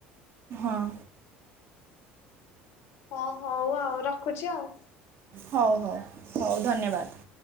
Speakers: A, on the right (about 50°); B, on the left (about 65°).
A: ଆଉ
B: ହଁ ହଉ ଆଉ ରଖୁଛି ଆଉ।
A: ହଉ ହଉ ହଉ ଧନ୍ୟବାଦ।